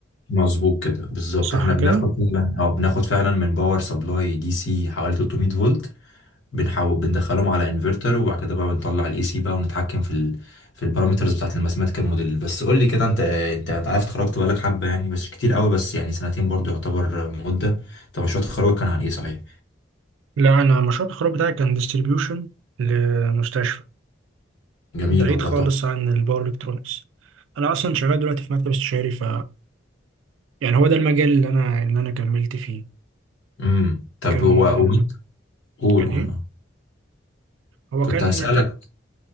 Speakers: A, on the left; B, on the right.
A: مظبوط كده بالظبط
B: صح
A: احنا
B: كده
A: بناخد فعلا او بناخد فعلا من باور سبلاي دي سي حوالي 300 فولت بنحو... بندخلهم على انفرتر وبعد كده بقى بنطلع الاي سي بقى ونتحكم في ال... في البارامترز بتاعت الماثيماتيكال موديل بس قول لي كده انت انت أنت عارف اتخرجت بقالك حبه يعني بس مش كتير قوي بس يعني سنتين برضو يعتبر مده طب مشروع تخرجك كان عن ايه صحيح
B: لا انا مشروع التخرج بتاعي كان ديستريبيوشن لمستشفى
A: جميل
B: بعيد
A: والله
B: خالص
A: تحفه
B: عن الباور الكترونكس انا اصلا شغال دلوقتي في مكتب استشاري ف يعني هو ده المجال اللي انا اللي انا كملت فيه
A: امم طب
B: كان
A: هو وانت قول
B: كان
A: قول
B: ايه
A: اه
B: هو
A: كنت
B: كان
A: هسألك
B: كانت